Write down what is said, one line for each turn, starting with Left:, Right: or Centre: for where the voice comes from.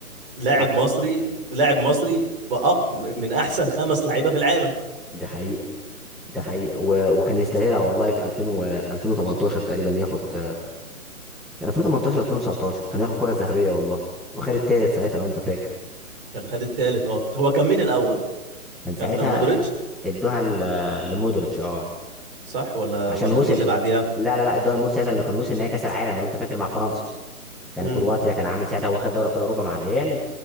Right: لاعب
Centre: ده
Right: مصري لاعب مصري بأق... من احسن خمس لعيبه في العالم
Centre: ده حقيقة ده حقيقة و... وكان يستاهلها والله في 2000 و... 2018 تقريبا ياخد كان 2018 2019 كان ياخد الكره الذهبيه والله وخد التالت ساعتها لو انت فاكر
Right: كان خد التالت اه هو كان مين الاول
Centre: كان ساعتها
Right: كان مودريتش
Centre: ادوها ل- لمودريتش اه
Right: صح ولا
Centre: عشان
Right: ولا
Centre: وصل
Right: دي اللي بعديها
Centre: لا لا لا ادوها لمودريتش ساعتها لانه كان وصل نهائي كاس العالم لو انت فاكر مع فرنسا كان
Right: امم
Centre: كرواتيا كان عامل ساعتها واخد دوري ابطال اوروبا مع الريال